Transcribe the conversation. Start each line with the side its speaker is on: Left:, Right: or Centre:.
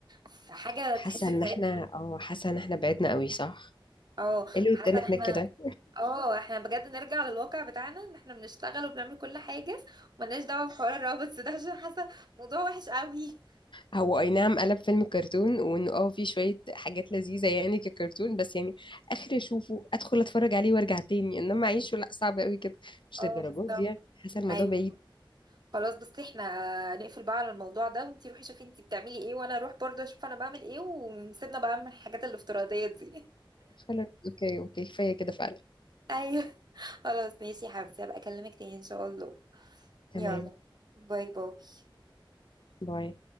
Right: فحاجة
Left: حاسة
Right: تحس
Left: ان
Right: في
Left: احنا
Right: علم
Left: اه حاسة ان احنا بعدنا قوي صح
Right: اه
Left: ايه اللي
Right: حتى
Left: ودانا
Right: ان
Left: احنا
Right: احنا
Left: كده
Right: اه احنا بجد نرجع للواقع بتاعنا ان احنا بنشتغل وبنعمل كل حاجة وملناش دعوة بحوار الروابط ده عشان حاسة موضوع وحش قوي
Left: هو اي نعم قلب فيلم كرتون وانه اه في شوية حاجات لذيذة يعني ككرتون بس يعني اخر اشوفه ادخل اتفرج عليه وارجع تاني انما اعيشه لا صعب قوي كده مش
Right: اه
Left: للدرجات
Right: بالظبط
Left: دي يعني. حاسة الموضوع
Right: ايوه
Left: بعيد
Right: خلاص بس احنا نقفل بقى على الموضوع ده وانتي روحي شوفي انتي بتعملي ايه وانا اروح برضه اشوف انا بعمل ايه ونسيبنا بقى من الحاجات الافتراضية دي
Left: خلاص اوكي اوكي كفاية كده فعلا
Right: ايوه <laughs> خلاص ماشي يا حبيبتي هبقى اكلمك تاني ان شاء الله
Left: تمام
Right: يلا باي باي
Left: باي